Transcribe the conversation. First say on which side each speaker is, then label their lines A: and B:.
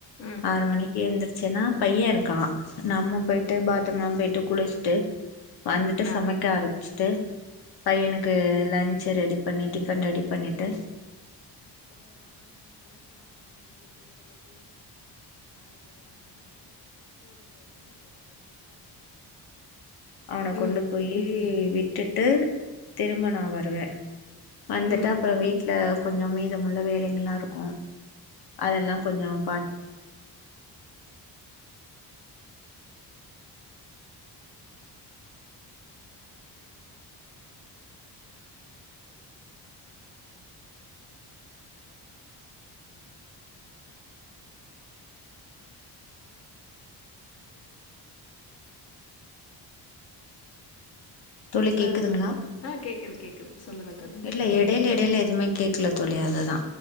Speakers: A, on the left (about 40°); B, on the left (about 70°).
A: ம்
B: ஆறு மணிக்கு எந்துருச்சேன்னா பையே இருக்கா நம்ம போயிட்டு பாத்ரூம் எலாம் போயிட்டு குளிச்சிட்டு வந்துட்டு
A: ஆ
B: சமைக்க ஆரம்பிச்சு ட்டு பையனுகு லன்ச்சு ரெடி பண்ணி டிஃபன் ரெடி பண்ணிட்டு அவன கொண்டு
A: ம்
B: போயி
A: புரியுது
B: விட் ட்டுட்டு திரும்ப நா வருவே வந்துடா
A: ம்
B: அப்றோ வீட்ல கொஞ்சோ மீதமுள்ள வேலைங்களா இருக்கு அதேலா கொஞ்சோ பாத் தோழி
A: இப்ப
B: கேக்குதுங்ளா
A: ஆ கேக்குது கேக்குது சொல்லுங்க தோழி
B: இல்ல இடையில இடையில எதுவுமே கேக்கலத் தோழி அதுதா